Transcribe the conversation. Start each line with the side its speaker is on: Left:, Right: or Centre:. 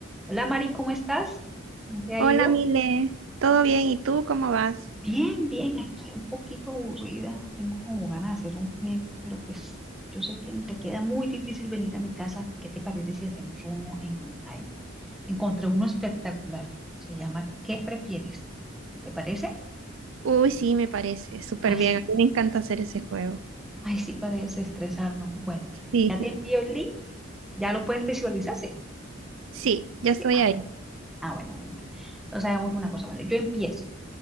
Centre: Hola Mari, ¿cómo estás? ¿Cómo te ha
Right: Hola,
Centre: ido?
Right: Mile. ¿Todo bien? ¿Y tú cómo vas?
Centre: Bien, bien, aquí un poquito aburrida. Tengo como ganas de hacer un juego, pero pues yo sé que te queda muy difícil venir a mi casa. ¿Qué te parece si hacemos uno en online? Encontré uno espectacular. Se llama ¿Qué prefieres? ¿Te parece?
Right: Uy, sí, me parece. Súper
Centre: Ay,
Right: bien.
Centre: sí.
Right: A mí me encanta hacer ese juego.
Centre: Ay, sí, para desestresarnos. Bueno,
Right: Sí,
Centre: ya te envío el link. ¿Ya lo puedes visualizar? Sí.
Right: sí, ya estoy
Centre: Sí, Ah,
Right: ahí.
Centre: bueno, ah, bueno, bueno. bueno. Entonces hagamos una cosa. Bueno, yo empiezo.